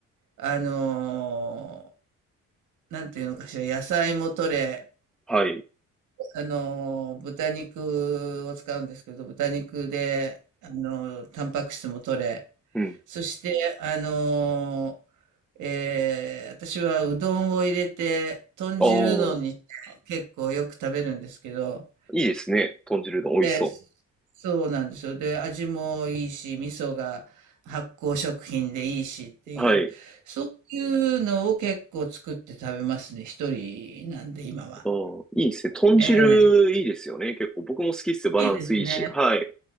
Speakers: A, on the right; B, in the centre.
A: あの、なんていうのかしら、野菜も取れ、
B: はい。
A: あの、豚肉を使うんですけど、豚肉で、あの、タンパク質も取れ、
B: うん。
A: そして、あの、えー私はうどんを入れて、豚汁うどんにして結構よく食べるんですけど、
B: ああ、いいですね。豚汁うどん美味しそ
A: えーそうなんですよ。で、味もいいし、味噌が発酵食品でいいしっていう、
B: う。はい。
A: そういうのを結構作って食べますね、一人なんで今は。
B: ああ、いいですね。豚汁いいですよね。
A: ええ
B: 結構僕も好きっすよ。バランスいいし。
A: いいですね。
B: はい。